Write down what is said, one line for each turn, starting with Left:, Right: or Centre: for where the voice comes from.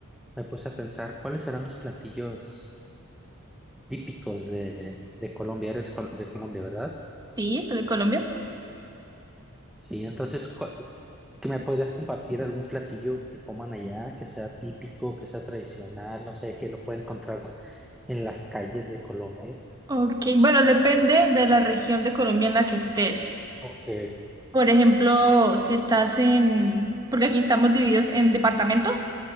Centre: me puse a pensar cuáles serán los platillos típicos de, de Colombia. Eres col- de Colombia, ¿verdad?
Right: Sí, soy de Colombia.
Centre: Sí, entonces, cu- ¿qué me podrías compartir algún platillo que coman allá, que sea típico, que sea tradicional, no sé, que lo pueda encontrar en las calles de Colombia?
Right: Ok, bueno, depende de la región de Colombia en la que estés.
Centre: Ok.
Right: Por ejemplo, si estás en, porque aquí estamos divididos en departamentos.